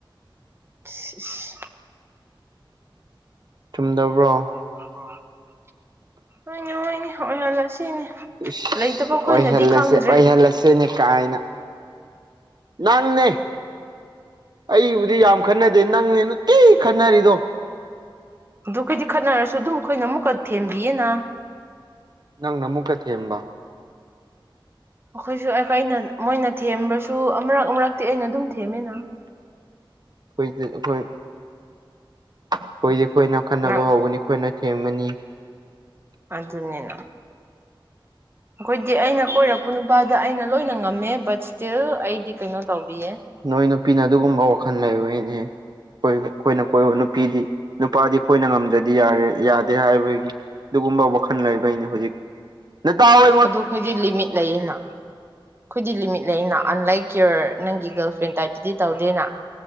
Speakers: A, on the right (about 25°); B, on the right (about 50°).
A: ꯏꯁ ꯏꯁ
B: ꯆꯨꯝꯗꯕ꯭ꯔꯣ
A: <inaudible> ꯍꯣꯏꯅꯦ ꯍꯣꯏꯅꯦ ꯑꯣꯏꯍꯜꯂꯁꯤꯅꯦ
B: ꯏꯁ
A: ꯂꯩꯇꯕ ꯈꯣꯏꯅꯗꯤ
B: ꯑꯣꯏꯍꯜ ꯂꯥꯁꯦ
A: ꯈꯪꯗ꯭ꯔꯦ
B: ꯑꯣꯏꯍꯜ ꯂꯥꯁ <unintelligible> ꯅꯦ ꯀꯥꯏꯅ ꯅꯪꯅꯦ ꯑꯩꯕꯨꯗꯤ ꯌꯥꯝ ꯈꯟꯅꯗꯦ ꯅꯪꯅꯦ ꯅꯨꯇꯤ ꯈꯟꯅꯔꯤꯗꯣ
A: ꯑꯗꯨ ꯈꯩꯗꯤ ꯈꯠꯅꯔꯁꯨ ꯑꯗꯨꯝ ꯈꯣꯏꯅ ꯑꯃꯨꯛꯀꯥ ꯊꯦꯝꯕꯤꯌꯦꯅ
B: ꯅꯪꯅ ꯑꯃꯨꯛꯀꯥ ꯊꯦꯝꯕ
A: ꯑꯈꯣꯏꯁꯨ ꯑꯈꯋꯥꯏꯅꯥꯟ ꯃꯣꯏꯅ ꯊꯦꯝꯕꯁꯨ ꯑꯃꯨꯔꯛ ꯑꯃꯨꯔꯛꯇꯤ ꯑꯩꯅ ꯑꯗꯨꯝ ꯊꯦꯝꯃꯦꯅ
B: ꯑꯩꯈꯣꯏꯗꯤ ꯑꯩꯈꯣꯏ ꯑꯩꯈꯣꯏꯗꯤ ꯑꯩꯈꯣꯏꯅ ꯈꯠꯅꯕ
A: ꯅꯪ
B: ꯍꯧꯒꯅꯤ ꯑꯩꯈꯣꯏꯅ ꯊꯦꯝꯒꯅꯤ
A: ꯑꯗꯨꯅꯤꯅ ꯑꯩꯈꯣꯏꯗꯤ ꯑꯩꯅ ꯀꯣꯏꯔꯛꯄ ꯅꯨꯄꯥꯗ ꯑꯩꯅ ꯂꯣꯏꯅ ꯉꯝꯃꯦ ꯕꯠ ꯁ꯭ꯇꯤꯜ ꯑꯩꯗꯤ ꯀꯩꯅꯣ ꯇꯧꯕꯤꯌꯦ
B: ꯅꯣꯏ ꯅꯨꯄꯤꯅ ꯑꯗꯨꯒꯨꯝꯕ ꯋꯥꯈꯜ ꯂꯩꯕꯒꯤꯅꯦ ꯑꯩꯈꯣꯏꯗꯤ ꯑꯩꯈꯣꯏꯅ ꯀꯣꯏ ꯅꯨꯄꯤꯗꯤ ꯅꯨꯄꯥꯗꯤ ꯑꯩꯈꯣꯏꯅ ꯉꯝꯗ꯭ꯔꯥꯗꯤ ꯌꯥꯔꯦ ꯌꯥꯗꯦ ꯍꯥꯏꯕꯒꯤ ꯑꯗꯨꯒꯨꯝꯕ ꯋꯥꯈꯜ ꯂꯩꯕꯩꯅꯦ ꯍꯨꯖꯤꯛ ꯅꯇꯥꯎ
A: ꯑꯗꯨ ꯑꯩꯈꯣꯏꯗꯤ ꯂꯤꯃꯤꯠ ꯂꯩꯌꯦꯅ ꯑꯩꯈꯣꯏꯗꯤ ꯂꯤꯃꯤꯠ ꯂꯩꯅ ꯑꯟꯂꯥꯏꯛ ꯀꯤꯌꯣꯔ ꯅꯪꯒꯤ ꯒꯔꯜ ꯐ꯭ꯔꯦꯟ ꯇꯥꯏꯞꯇꯥꯗꯤ ꯇꯧꯗꯦꯅ